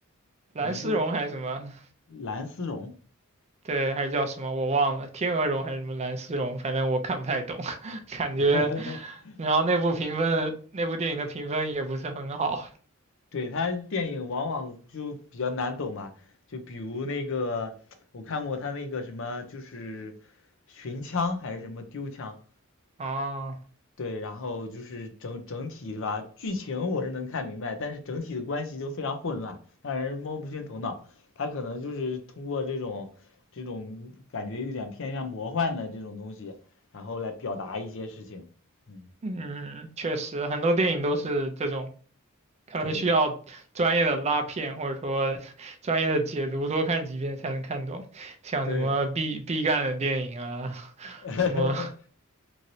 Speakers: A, on the left; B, on the right.
A: 一部
B: 《蓝丝绒》还是什么？
A: 蓝丝绒。
B: 对，还是叫什么我忘了，天鹅绒还是什么蓝丝绒，反正我看不太懂，<laughs> 感觉，
A: <laughs>
B: 然后那部评分，那部电影的评分也不是很好
A: 对，他电影往往就比较难懂嘛，就比如那个我看过他那个什么，就是寻枪还是什么丢枪，
B: 啊。
A: 对，然后就是整整体是吧？剧情我是能看明白，但是整体的关系就非常混乱，让人摸不清头脑。他可能就是通过这种这种感觉有点偏向魔幻的这种东西，然后来表达一些事情。嗯，
B: 嗯，确实，很多电影都是这种，可能需要专业的拉片或者说
A: 对
B: <laughs> 专业的解读，多看几遍才能看懂。像什么毕毕赣的电影啊，
A: 对 <laughs>
B: 什么